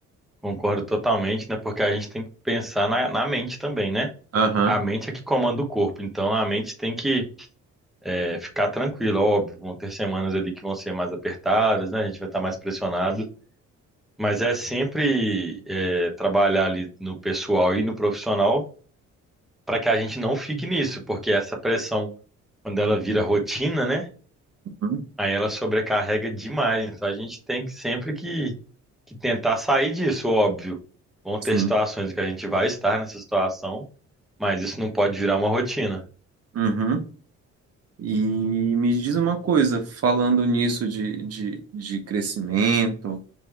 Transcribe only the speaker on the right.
Aham.
Uhum.
Sim.
Uhum. E me diz uma coisa, falando nisso de, de, de crescimento,